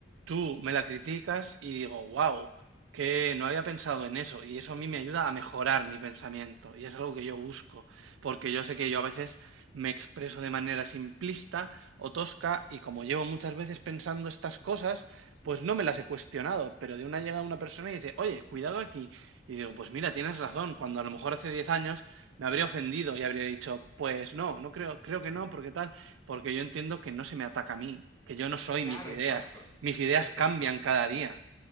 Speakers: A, on the right (about 75°); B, on the left (about 15°).
A: tú me la criticas y digo, wow, que no había pensado en eso. Y eso a mí me ayuda a mejorar mi pensamiento. Y es algo que yo busco, porque yo sé que yo a veces me expreso de manera simplista o tosca y como llevo muchas veces pensando estas cosas, pues no me las he cuestionado. Pero de una llega una persona y dice, oye, cuidado aquí. Y digo, pues mira, tienes razón, cuando a lo mejor hace 10 años me habría ofendido y habría dicho, pues no, no creo, creo que no, porque tal, porque yo entiendo que no se me ataca a mí, que yo no soy
B: claro,
A: mis ideas,
B: exacto,
A: mis ideas
B: exacto.
A: cambian cada día.